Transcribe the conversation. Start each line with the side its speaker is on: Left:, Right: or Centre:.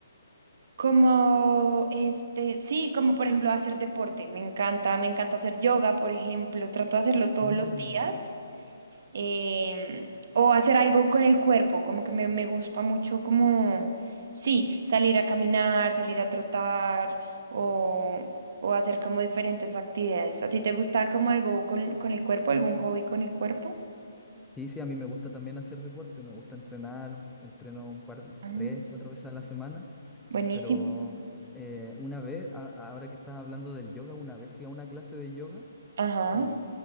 Right: como este, sí, como por ejemplo hacer deporte. Me encanta, me encanta hacer yoga, por ejemplo. Trato de hacerlo todos
Centre: Ah.
Right: los días em, o hacer algo con el cuerpo, como que me, me gusta mucho como, sí, salir a caminar, salir a trotar o, o hacer como diferentes actividades. ¿A ti te gusta como algo con, con el cuerpo, algún hobby con el cuerpo?
Centre: Sí, sí, a mí me gusta también hacer deporte, me gusta entrenar, entreno un par,
Right: Ah,
Centre: tres, cuatro veces a la semana,
Right: buenísimo.
Centre: pero eh, una vez, a- ahora que estás hablando del yoga, una vez fui a una clase de yoga
Right: Ajá.
Centre: y,